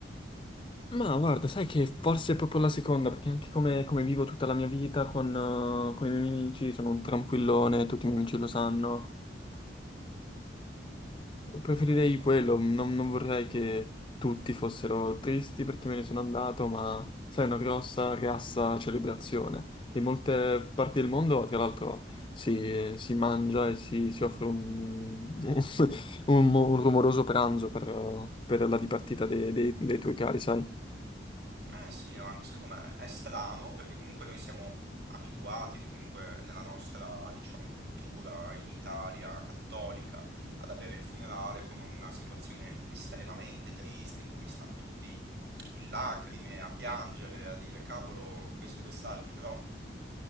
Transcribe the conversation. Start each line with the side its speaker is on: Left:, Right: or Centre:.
Left: Ma guarda, sai che forse è proprio la seconda, perché anche come, come vivo tutta la mia vita con, eh, con i miei amici, sono un tranquillone, tutti i miei amici lo sanno. Preferirei quello, non, non vorrei che tutti fossero tristi perché me ne sono andato, ma sai, una grossa, grassa celebrazione. In molte parti del mondo, tra l'altro, si, si mangia e si, si offre un, <laughs> un- un rumoroso pranzo per, per la dipartita dei, dei- dei tuoi cari, sai?
Right: Eh sì, no, anche secondo me è strano perché comunque noi siamo abituati, comunque nella nostra, diciamo, cultura in Italia cattolica, ad avere il funerale come una situazione estremamente triste in cui stanno tutti in lacrime, a piangere, a dire cavolo, questo, quest'altro, però